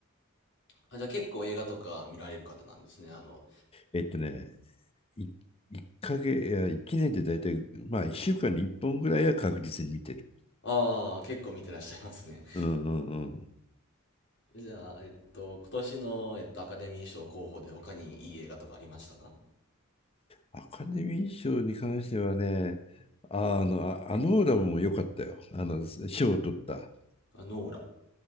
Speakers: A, on the left (about 60°); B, on the left (about 25°).
A: あ、じゃあ結構映画とか見られる方なんですね。あの、
B: えっとね、い1ヶ月、いや、1年で大体、まあ1週間に1本ぐらいは確実に見てる。
A: ああ、結構見てらっしゃいますね。
B: うんうんうん。
A: じゃあ、えっと、今年の、えっと、アカデミー賞候補で他にいい映画とかありましたか
B: アカデミー賞に関してはね、あの、あ、あのオーラムも良かったよ。あの、賞を取った。
A: あ、ノーラ。